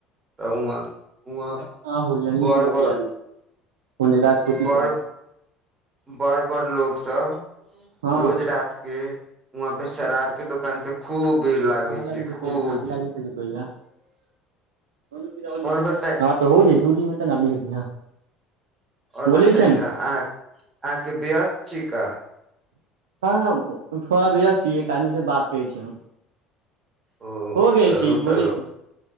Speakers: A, on the right; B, on the right.
A: तऽ उहा ऊहा
B: आहो जमीन
A: बर
B: से बतियाबी
A: बर
B: ओने राजपूती
A: बड़,
B: टोला
A: बड़-बड़ लोक सब
B: हँ
A: रोज रात के ऊहाँ पे शराब के दुकान पे खूब
B: <unintelligible>
A: भीड़ लागे छै खूब
B: <unintelligible>
A: और बताई आओर
B: बोलै
A: बताइ
B: छै ने
A: न अहाँ अहाँके वस्त छी का
B: हँ थोड़ा व्यस्त छियै एक आदमीसँ बात करै छी हम
A: ओ
B: हो गेल
A: चलू
B: छै बोलै
A: तऽ
B: छै